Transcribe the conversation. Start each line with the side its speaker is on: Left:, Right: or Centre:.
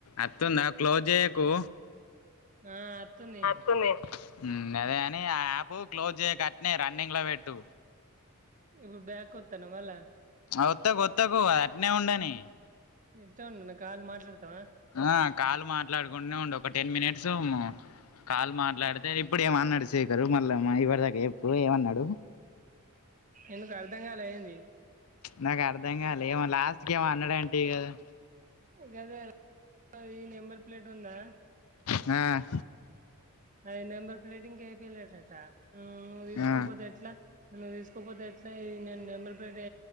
Left: అతుంద close చేయకు
Right: ఆ అతుంది
Left: వస్తుంది ఉ అదే కాని ఆ యాప్ క్లోజ్ చేయ్యకు అట్నే రన్నింగ్ లో పెట్టు
Right: ఇప్పుడు బ్యాక్ వోత్తన మల్ల
Left: వత్తకుొత్తకు అట్నే ఉండని
Right: నేను ఉత్తగా ఉన్న కాల్ మాట్లాడతావా
Left: ఆ కాలు మాట్లాడుకుంటూనే ఉండి ఒక టెన్ మినిట్స్ కాల్ మాట్లాడితే ఇప్పుడు ఏమన్నాడు శేఖర్ మళ్ళ ఇవరిదాకా చెప్పు ఎప్పుడు ఏమన్నాడు
Right: ఎందుకు అర్ధం కాలేదా ఏంది
Left: నాకు అర్థం కాల ఏమో లాస్ట్ కి ఏమో అన్నాడంటివి కదా
Right: గదాదె నెంబర్ ప్లేట్ ఉందా
Left: ఆ
Right: అయి నెంబర్ ప్లేటింగ్ ఇంకా ఎపియలేదట నువ్వు తీసుకోపోతే
Left: ఆ
Right: ఎట్లా నువ్వు తీసుకోకపోతే ఎట్లా ఇ నేను నెంబర్ పెట్టటి